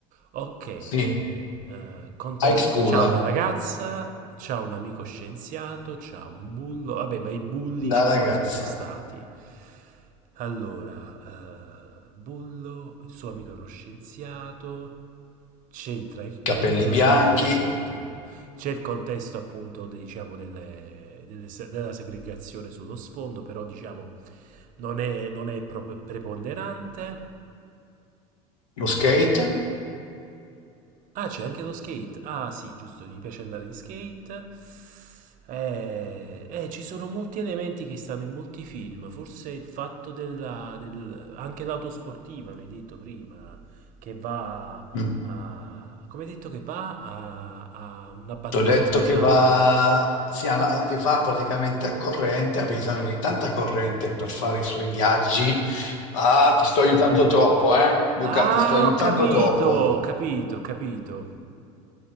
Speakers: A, on the right; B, on the left.
A: Ok, eh,
B: sì,
A: con te
B: high school,
A: c'ha una ragazza, c'ha un amico scienziato, c'ha un bullo, vabbè, ma i bulli
B: la
A: ci
B: ragazza,
A: sono sempre stati. Allora, eh, Bullo, il suo amico è uno scienziato, c'entra il tempo,
B: capelli
A: è una
B: bianchi,
A: macchina sportiva. C'è il contesto appunto de- diciamo, delle- delle se- della segregazione sullo sfondo, però diciamo non è, non è pro- preponderante.
B: lo skate.
A: Ah, c'è anche lo skate. Ah, sì, giusto, gli piace andare in skate. Eh, eh, ci sono molti elementi che stanno in molti film. Forse il fatto della, del, anche l'auto sportiva, mi hai detto prima, che va
B: Mm.
A: a, come hai detto, che va a, a una batteria
B: T'ho detto
A: speciale.
B: che va, sì, alla- che va praticamente a corrente, ha bisogno di tanta corrente per fare i suoi viaggi. Ah, ti sto aiutando troppo, eh? Luca,
A: Ah,
B: ti sto aiutando
A: ho capito,
B: troppo.
A: ho capito, ho capito.